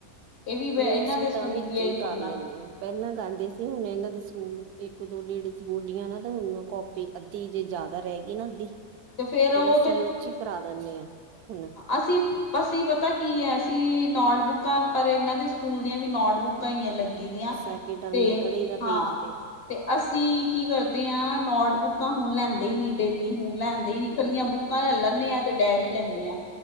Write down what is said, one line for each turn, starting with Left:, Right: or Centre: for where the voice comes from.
Left: ਇਹ ਵੀ
Right: ਨਈ
Left: ਇਹਨਾਂ
Right: ਅਸੀ
Left: ਦੇ ਸਕੂਲ
Right: ਤਾਂ ਵਿੱਚੇ
Left: ਵੀ ਇਹ
Right: ਈ ਕਰ
Left: ਪੰਗਾ
Right: ਲੈਂਨੇ ਆਂ। ਪਹਲਾਂ ਕੈਂਦੇ ਸੀ ਹੁਨ ਏਨਾਂ ਦੇ ਸਕੂਲ ਇੱਕ ਦੋ ਲੇਡੀਜ਼ ਬੋਲੀਆਂ ਨਾ ਤੇ ਹੁਨ ੳ ਕੋਪ ਤੇ ਅੱਧੀ ਜੇ ਜਾਦਾ ਰੈ ਗਈ ਨਾ ਅੱਧੀ,
Left: ਤੇ
Right: ਫੇਰ
Left: ਉਹ
Right: ਅਸੀ ੳਸ ਚ ਈ ਕਰਾ ਦੈਨੇ ਆ ਹੁਨ
Left: ਅਸੀ ਅਸੀ ਪਤਾ ਕੀ ਐ ਅਸੀ ਨੋਟਬੁੱਕਾਂ ਪਰ ਏਨਾਂ ਦੇ ਸਕੂਲ ਦੀਆਂ ਵੀ ਨੋਟਬੁੱਕ ਕਾ ਈ ਆਂ ਲੱਗੀ ਦੀਆਂ
Right: ਸੈਕਿੰਡ ਟਰਮ
Left: ਤੇ
Right: ਲਿਖ ਦਈਦਾ
Left: ਹਾਂ
Right: ਪੇਜ
Left: ਤੇ ਅਸੀ ਕੀ ਕਰਦੇ ਆਂ ਨੋਟਬੁੱਕਾਂ ਹੁਨ ਲੈਂਦੇ ਈ ਨੀ ਡੇਲੀ ਹੁਨ ਲੈਂਦੇ ਨੀ ਕੱਲੀਆਂ ਬੁੱਕ ਕਾਂ ਲੈ ਲੈਂਨੇ ਆਂ ਤੇ ਡੈਰੀ ਲੈਂਨੇ ਆ